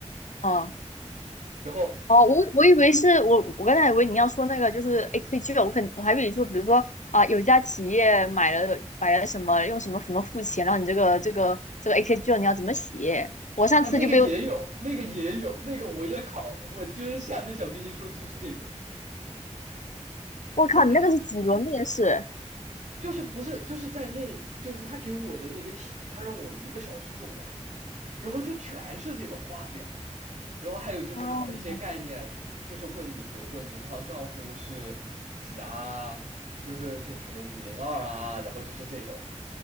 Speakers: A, on the left (about 85°); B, on the right (about 85°).
A: 嗯，
B: 然后
A: 哦，我我以为是我我刚才以为你要说那个就是 AKG，我肯我还以为说比如说啊，有一家企业买了买了什么，用什么什么付钱，然后你这个这个这个 AKG 你要怎么写？我上次就被哦，
B: 啊，那个也有，那个也有，那个我也考了，我今儿下面想跟你说就是这个。
A: 我靠，
B: 然后他
A: 你那个是几轮面试？
B: 就是不是就是在那就是他给我的那个题，他让我一个小时做完，然后就全是这种画表，然后还有就是考一些概念，
A: 哦，
B: 就是问你比如说银行账户是几啊，就是就是什么五零二啊，然后就是这种，